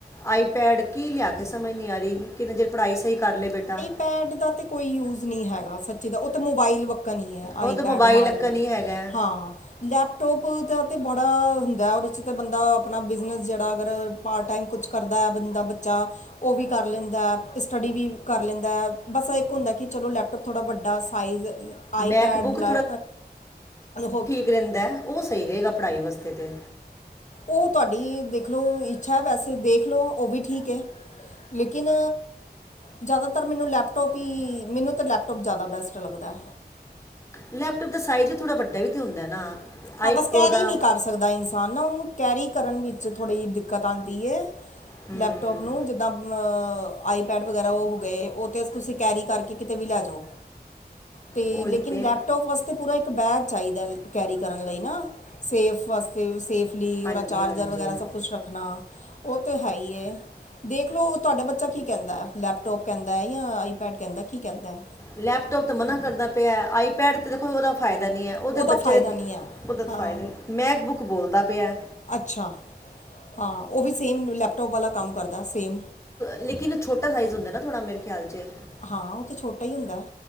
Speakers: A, on the left (about 15°); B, on the left (about 45°).
A: ਆਈਪੈਡ ਕੀ ਲਿਆ ਕੇ ਸਮਝ ਨੀ ਆਰੀ। ਕਿੰਨਾ ਜੇ ਪੜ੍ਹਾਈ ਸਹੀ ਕਰ ਲੇ ਬੇਟਾ।
B: ਪੈਡ ਦਾ ਤੇ ਕੋਈ ਯੂਸ ਨੀ ਹੈਗਾ ਸੱਚੀ ਦਾ ਔ ਤੇ ਮੋਬਾਈਲ ਵੱਕਣ ਈ ਐ।
A: ਉਹ
B: ਆਈਪੈਡ
A: ਤਾਂ ਮੋਬਾਈਲ
B: ਮੰਨ
A: ਅੱਕਾ
B: ਲੋ,
A: ਨਹੀਂ ਹੈਗਾ
B: ਹਾਂ। ਲੈਪਟੋਪ ਦਾ ਤਾਂ ਬੜਾ ਹੁੰਦਾ ਐ, ਓਦੇ 'ਚ ਤਾਂ ਬੰਦਾ ਅਪਣਾ ਬਿਜ਼ਨਸ ਜੇੜਾ ਅਗਰ ਪਾਰਟ ਟਾਈਮ ਕੁਛ ਕਰਦਾ ਐ ਬੰਦਾ ਬੱਚਾ ਓਹ ਵੀ ਕਰ ਲੈਂਦੈ, ਸਟੱਡੀ ਵੀ ਕਰ ਲੈਂਦਾ, ਬਸ ਐ ਇੱਕ ਹੁੰਦੈ ਕਿ ਚਲੋ ਲੈਪਟੋਪ ਥੋੜ੍ਹਾ ਵੱਡਾ ਸਾਈਜ਼ ਆਈ
A: ਮੈਕਬੁੱਕ
B: ਪੈਡ ਲੈ ਹੋ
A: ਗ੍ਰਿੰਦੈ ਓਹ ਸਹੀ ਰਹੇਗਾ ਪੜ੍ਹਾਈ ਵਾਸਤੇ ਤੇ।
B: ਓਹ ਤੁਆਡੀ ਦੇਖ ਲੋ ਇੱਛਾ ਐ, ਵੈਸੇ ਦੇਖ ਲੋ ਓਹ ਵੀ ਠੀਕ ਏ। ਲੇਕਿਨ ਜੈਦਾਤਰ ਮੈਨੂੰ ਲੈਪਟੋਪ ਹੀ ਮੈਨੂੰ ਤੇ ਲੈਪਟੋਪ ਜੈਦਾ ਬੈਸਟ ਲੱਗਦੈ।
A: ਲੈਪਟੋਪ ਦਾ ਸਾਈਜ਼ ਵੀ ਥੋੜ੍ਹਾ ਵੱਡਾ ਵੀ ਤੇ ਹੁੰਦੈ ਨਾ।
B: ਹਾਂ
A: ਆਈ
B: ਬਸ
A: ਉਹਦਾ
B: ਕੈਰੀ ਨੀ ਕਰ ਸਕਦਾ ਇਨਸਾਨ ਨਾ ਉਨੂੰ ਕੈਰੀ ਕਰਨ ਵਿੱਚ ਥੋੜ੍ਹੀ ਜਿ ਦਿੱਕਤ ਆੰਦੀ ਏ।
A: ਹਮ,
B: ਲੈਪਟੋਪ ਨੂੰ ਜਿੱਦਾਂ ਵ ਆਈਪੈਡ ਵਗੈਰਾ ਓਹ ਹੋ ਗਏ ਓਹ ਤੇ ਤੁਸੀਂ ਕੈਰੀ ਕਰਕੇ ਕਿਤੇ ਵੀ ਲੈ ਜੋ। ਤੇ
A: ਉਹੀ
B: ਲੇਕਿਨ
A: ਤੇ
B: ਲੈਪਟੋਪ ਵਾਸਤੇ ਪੂਰਾ ਇੱਕ ਬੈਗ ਚਾਹੀਦਾ ਕੈਰੀ ਕਰਨ ਲਈ ਨਾ ਸੇਫ ਵਾਸਤੇ ਸੇਫਲੀ
A: ਹਾਂਜੀ
B: ਉਹਦਾ ਚਾਰਜਰ
A: ਹਾਂਜੀ
B: ਵਗੈਰਾ ਸਭ ਕੁਛ ਰੱਖਣਾ, ਉਹ ਤੇ ਹੈ ਹੀ ਹੈ, ਦੇਖ ਲਓ ਤੁਹਾਡਾ ਬੱਚਾ ਕੀ ਕਹਿੰਦਾ ਲੈਪਟੋਪ ਕਹਿੰਦਾ ਜਾਂ ਆਈਪੈਡ ਕਹਿੰਦਾ ਕੀ ਕਹਿੰਦਾ ਹੈ
A: ਲੈਪਟੋਪ ਤੇ ਮਨਾ ਕਰਦਾ ਪਿਆ ਆਈਪੈਡ ਤੇ ਦੇਖੋ ਉਹਦਾ ਫਾਇਦਾ ਨਹੀਂ ਹੈ, ਉਹਦੇ
B: ਉਹਦਾ
A: ਬੱਚੇ
B: ਫਾਇਦਾ
A: ਦੇ
B: ਨਹੀਂ ਹੈ
A: ਉਹਦੇ
B: ਹਾਂ
A: ਫਾਇਦਾ ਮੈਂਕ ਬੁੱਕ ਬੋਲਦਾ ਪਿਆ
B: ਅੱਛਾ ਹਾਂ, ਉਹ ਵੀ ਸੇਮ ਲੈਪਟੋਪ ਵਾਲਾ ਕੰਮ ਕਰਦਾ ਸੇਮ
A: ਲੇਕਿਨ ਔ ਛੋਟਾ ਸਾਈਜ਼ ਹੁੰਦਾ ਨਾ ਥੋੜਾ ਮੇਰੇ ਖਿਆਲ ਚ,
B: ਹਾਂ ਉਹ ਤੇ ਛੋਟਾ ਹੀ ਹੁੰਦਾ,